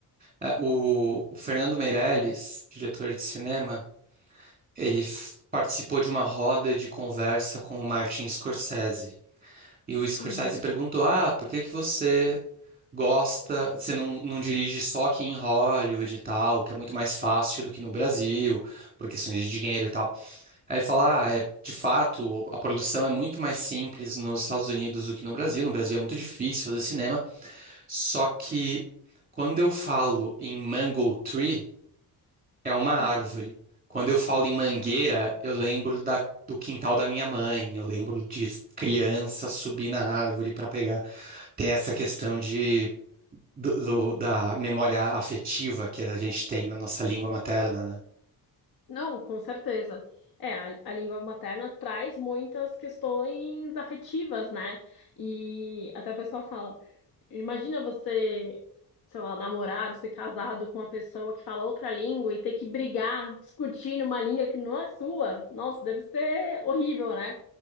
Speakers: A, on the right (about 20°); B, on the left (about 65°).
A: É, O, o Fernando Meirelles, diretor de cinema, ele f- participou de uma roda de conversa com o Martin Scorsese. E o Scorsese
B: Uhum.
A: perguntou: Ah, por que que você gosta, você não, não dirige só aqui em Hollywood e tal, que é muito mais fácil do que no Brasil, por questões de dinheiro e tal. Aí falar, ah, é, de fato, a produção é muito mais simples nos Estados Unidos do que no Brasil. No Brasil é muito difícil fazer cinema. Só que quando eu falo em mango tree, é uma árvore.
B: Uhum.
A: Quando eu falo em mangueira, eu lembro da- do quintal da minha mãe. Eu lembro de criança subir na árvore para pegar. Tem essa questão de, do- do- da memória afetiva que a gente tem na nossa língua materna, né?
B: Não, com certeza. É, a, a língua materna traz muitas questões afetivas, né? E até o pessoal fala, imagina você sei lá, namorar, ou ser casado com uma pessoa que fala outra língua e ter que brigar, discutir numa língua que não é sua, nossa, deve ser horrível, né?